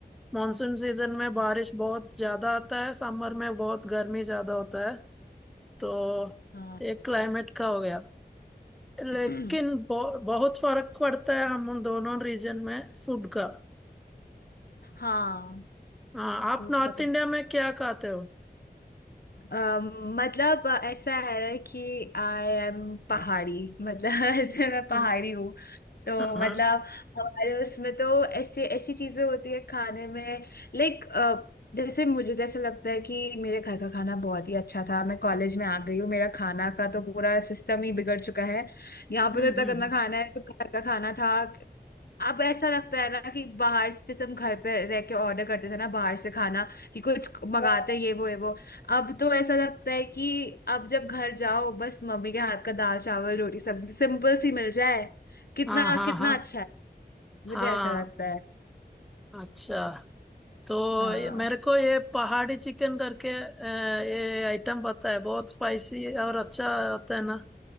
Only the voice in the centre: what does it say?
मानसून सीजन में बारिश बहुत ज्यादा आता है समर में बहुत गर्मी ज्यादा होता है तो
एक क्लाइमेट का हो गया लेकिन
बहु- बहुत फर्क पड़ता है हम उन दोनों रीजन में फूड का
हाँ आप
नॉर्थ
इंडिया में क्या खाते हो
हाँ
हाँ
हम्म
हम्म
हम्म,
हाँ हाँ
हाँ
हाँ
अच्छा तो
ये- मेरे को ये पहाड़ी चिकन करके अ, ये आइटम पता है बहुत स्पाइसी और अच्छा होता है ना